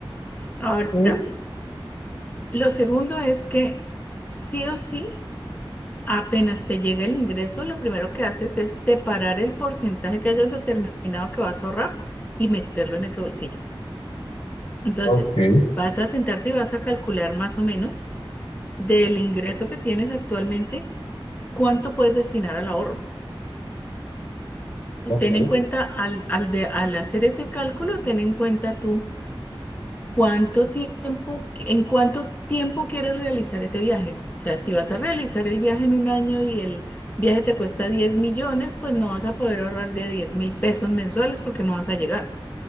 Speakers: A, on the left; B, on the left.
A: Ahora,
B: Ok,
A: lo segundo es que sí o sí, apenas te llega el ingreso, lo primero que haces es separar el porcentaje que hayas determinado que vas a ahorrar y meterlo en ese bolsillo. Entonces,
B: ok,
A: vas a sentarte y vas a calcular más o menos del ingreso que tienes actualmente ¿cuánto puedes destinar al ahorro?
B: ok.
A: Ten en cuenta, al, al, de- al hacer ese cálculo, ten en cuenta tú cuánto tiempo, en cuánto tiempo quieres realizar ese viaje. O sea, si vas a realizar el viaje en un año y el viaje te cuesta 10 millones, pues no vas a poder ahorrar de diez mil pesos mensuales porque no vas a llegar,